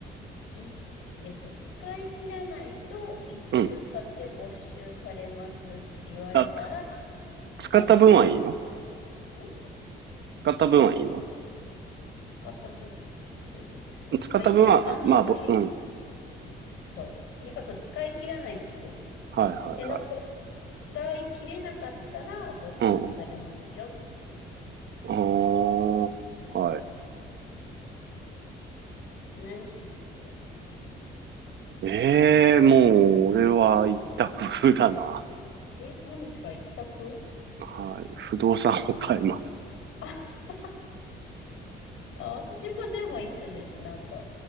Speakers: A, on the left; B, on the right.
A: 一し、えっと、使い切らないと1週間で没収されますって言われたら、
B: うん。あ、つ、使った分はいいの
A: 何しますん
B: 使った分はいいの
A: 使った分ってどういうことですかまあ、
B: 使った分は、
A: 1週間でとり、
B: まあ、ぼうん。
A: そう。とにかく使い切らないといけない。
B: はい、はい、
A: で、残、
B: はい。
A: 使い切れなかったら没収されますよっていう。
B: うん、うん。あー、はい。
A: 何します
B: ええーもう、俺は一択だな。
A: え、何ですか一択
B: はい。不動産を買います。
A: あ、<laughs> あ私もでも一緒です。なんか、